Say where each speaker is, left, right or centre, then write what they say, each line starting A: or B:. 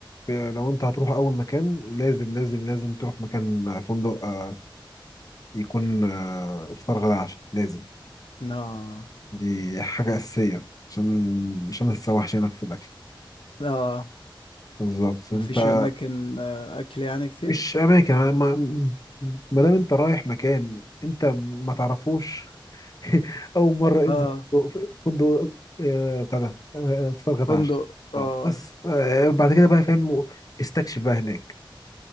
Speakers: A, on the left (about 45°); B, on the left (about 80°).
A: في- لو انت هتروح اول مكان لازم لازم لازم تروح مكان آه، فندق آه، يكون آه، افطار غدا عشاء لازم
B: لا
A: دي حاجة أساسية عشان عشان ما تتسوحش هناك في الأكل
B: لا
A: بالظبط
B: مفيش
A: انت
B: اماكن آه، اكل يعني كتير
A: مش أماكن ما ما دام انت رايح مكان انت ما تعرفوش <laughs> اول مره
B: اه
A: انزل فندق فندق آه، بتاع ده آه، فطار غدا
B: فندق
A: عشاء
B: اه
A: اه بس آه، بعد كده بقى فاهم استكشف بقى هناك